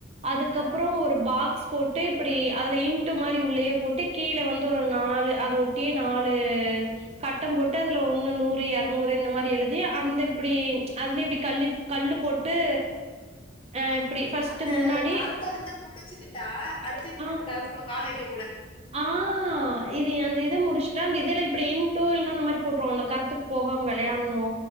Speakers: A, on the right; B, on the left.
A: அதுக்கப்புறம்
B: ஆ,
A: ஒரு பாக்ஸ் போட்டு இப்படி அதுல இன்ட்டு மாரி உள்ளயே போட்டு கீழ வந்து ஒரு நாலு அது ஒட்டியே நாலு கட்டம் போட்டு அதுல ஒண்ணு நூறு எர்நூறு இந்த மாரி எழுதி அந்த இப்டி அதுலே இப்டி கல்லி கல்லு போட்டு அ
B: ஆம்
A: இப்டி ஃபர்ஸ்ட்டு
B: அந்த
A: முன்னாடி
B: கரத்த வந்து புடுச்சுகிட்டா அடுத்து இனிமே
A: ஆ
B: அந்த கரத்துக்குல்ல கால் வக்க
A: ஆ இது எந்த இது முடுச்ட்டா அந்த இதுல இப்டி இன்டூ அந்த மாரி போட்ருவோ அந்த கரத்துக் போகாம வெளையான்ணு